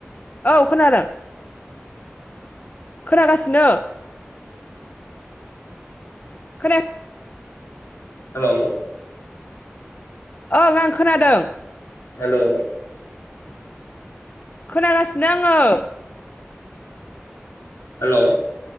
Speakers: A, on the left; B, on the left.
A: औ खोनादों। खोनागासिनो। खोनाया
B: हेल'।
A: ओं आं खोनादों।
B: हेल'।
A: खोनागासिनो आङो।
B: हेल'।